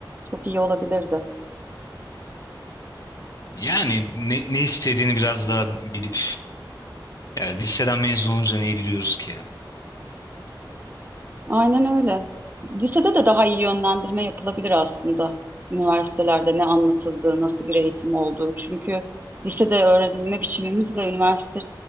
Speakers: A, on the right (about 25°); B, on the left (about 45°).
A: çok iyi olabilirdi.
B: Yani ne, ne istediğini biraz daha bilip yani liseden mezun olunca neyi biliyoruz ki?
A: Aynen öyle. Lisede de daha iyi yönlendirme yapılabilir aslında. Üniversitelerde ne anlatıldığı, nasıl bir eğitim olduğu. Çünkü lisede öğrenilme biçimimizle üniversite